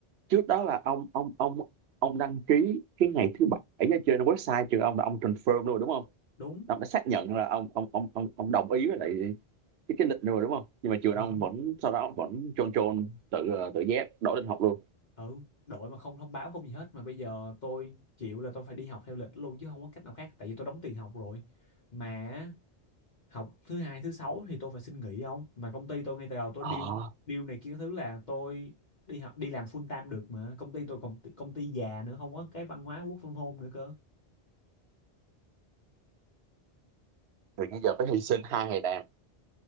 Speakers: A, on the right (about 75°); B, on the left (about 45°).
A: trước đó là ông ông ông ông đăng ký cái ngày thứ bảy ở trên website trường ông là ông confirm luôn rồi, đúng không
B: đúng
A: ông đã xác nhận là ông ông ông ông ông đồng ý với lại cái cái lịch rồi đúng không nhưng mà trường
B: Ờ.
A: ông vẫn sau đó vẫn chôn chôn tự ờ, tự giác đổi lịch học luôn
B: ừ đổi mà không thông báo không gì hết mà bây giờ tôi chịu là tôi phải đi học theo lịch luôn chứ không có cách nào khác tại vì tôi đóng tiền học rồi mà học thứ hai thứ sáu thì tôi phải xin nghỉ không mà công ty tôi ngay từ đầu tôi
A: ờ
B: deal deal này kia các thứ là tôi đi học đi làm full time được mà công ty tôi còn công ty già nữa không có cái văn hóa work from home nữa cơ
A: rồi bây giờ phải hy sinh hai ngày làm